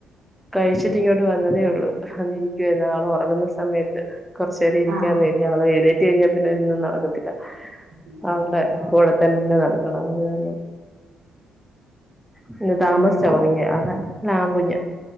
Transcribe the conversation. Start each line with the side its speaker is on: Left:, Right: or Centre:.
Centre: കഴിച്ചിട്ട് ചിങ്ങോട്ട് വന്നതേ ഉള്ളൂ വന്നിരിക്കുവാരുന്നു ആള് ഉറങ്ങുന്ന സമയത്ത് കുറച്ച് നേരം ഇരിക്കാന്ന്
Right: ആഹ്
Centre: കരുതി ആള് എഴുന്നേ റ്റ് കഴിഞ്ഞാൽ പിന്നെ ഇന്നും നടക്കത്തില്ല.
Right: ഇല്ലല്ലേ
Centre: ആളുടെ
Right: ആഹ്
Centre: കൂടെ തന്നെ നടക്കണം അത് കാരണം പിന്നെ
Right: പെൺകുട്ടിയാ
Centre: താമസിച്ച ഉറങ്ങിയ ആഹ ലാകുഞ്ഞ